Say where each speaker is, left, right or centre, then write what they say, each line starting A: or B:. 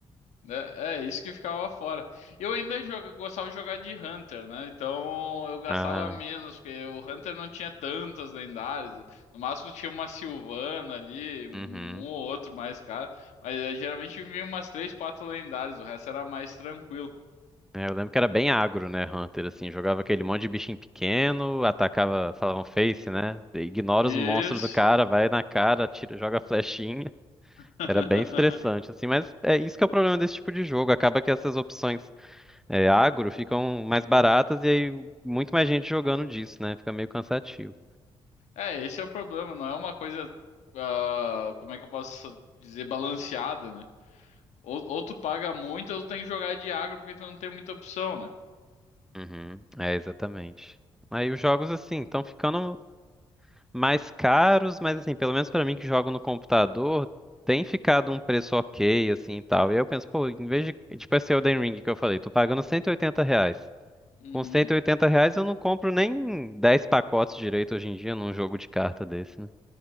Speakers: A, on the left; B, in the centre.
A: É, é, isso que ficava fora. Eu ainda joga- gostava de jogar de Hunter, né? Então eu gastava
B: Ah,
A: menos, porque o Hunter não tinha tantas lendárias. No máximo tinha uma Sylvana ali, um,
B: uhum.
A: um ou outro mais cara. Mas eh, geralmente vinha umas três, quatro lendárias, o resto era mais tranquilo.
B: É, eu lembro que era bem agro, né, Hunter, assim, jogava aquele monte de bichinho pequeno, atacava, falavam face, né? Ignora
A: Isso.
B: os monstros do cara, vai na cara, tira, joga flechinha.
A: <laughs>
B: Era bem estressante, assim, mas é isso que é o problema desse tipo de jogo. Acaba que essas opções é, agro ficam mais baratas e aí muito mais gente jogando disso, né? Fica meio cansativo.
A: É, esse é o problema, não é uma coisa, ah, como é que eu posso dizer, balanceada, né? Ou, ou tu paga muito, ou tu tem que jogar de agro porque tu não tem muita opção, né?
B: Uhum. É, exatamente. Aí os jogos, assim, estão ficando mais caros, mas, assim, pelo menos pra mim que jogo no computador, tem ficado um preço ok, assim, e tal. E aí eu penso, pô, em vez de, tipo esse Elden Ring que eu falei, tô pagando 180 reais.
A: Uhum.
B: Com 180 reais eu não compro nem 10 pacotes direito hoje em dia num jogo de carta desse, né?